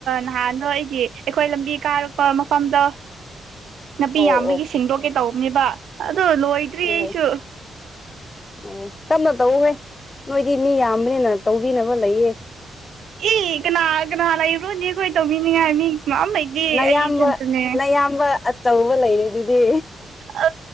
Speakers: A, on the right (about 75°); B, on the left (about 25°).
A: ꯅꯍꯥꯟꯗꯣ ꯑꯩꯒꯤ ꯑꯩꯈꯣꯏ ꯂꯝꯕꯤ ꯀꯥꯔꯛ ꯄ ꯃꯐꯝꯗ‌ꯣ ꯅꯥꯄꯤ
B: ꯑꯣ
A: ꯌꯥꯝꯕꯒꯤ
B: ꯑꯣ
A: ꯁꯦꯡꯗꯣꯛꯀꯦ ꯇꯧꯕꯅꯦꯕ ꯑꯗꯨ ꯂꯣꯏꯗ꯭ꯔꯤ
B: ꯑꯣ
A: ꯑꯩꯁꯨ
B: ꯑꯣ ꯇꯞꯅ ꯇꯧꯋ‌ꯣꯍ‌ꯦ ꯅꯣꯏꯗꯤ ꯃꯤ ꯌꯥꯝꯕꯅꯦꯅ ꯇꯧꯕꯤꯅꯕ ꯂꯩꯌꯦ
A: ꯏ ꯀꯅꯥ ꯀꯅꯥ ꯂꯩꯕꯔꯣꯅꯦ ꯑꯩꯈꯣꯢ ꯇꯧꯕꯤꯅꯤꯉꯥꯢ ꯃꯤ ꯀꯅꯥꯝ ꯂꯩꯇꯦ
B: ꯅꯌꯥꯝꯕ
A: ꯑꯩ ꯏꯊꯟꯇꯅꯦ
B: ꯅꯌꯥꯝꯕ ꯑꯆꯧꯕ ꯂꯩꯔꯤꯗꯨꯗꯤ
A: ꯑ